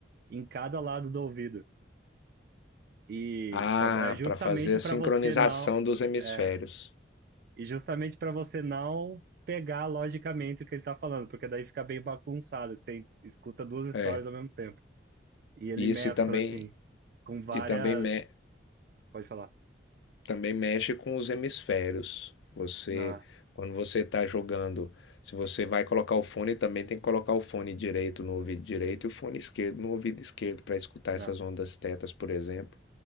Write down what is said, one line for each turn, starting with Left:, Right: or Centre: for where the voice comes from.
Right: em cada lado do ouvido. E
Left: Ah,
Right: pa- é justamente
Left: para fazer a
Right: para
Left: sincronização
Right: você não,
Left: dos hemisférios.
Right: é, e justamente para você não pegar logicamente o que ele tá falando, porque daí fica bem bagunçado, que você escuta duas histórias
Left: É.
Right: ao mesmo tempo. E ele mescla
Left: Isso e também
Right: assim com várias,
Left: e também me-
Right: pode falar.
Left: também mexe com os hemisférios. Você,
Right: Não,
Left: quando você está jogando, se você vai colocar o fone, também tem que colocar o fone direito no ouvido direito e o fone esquerdo no ouvido esquerdo para escutar
Right: não.
Left: essas ondas tetas, por exemplo,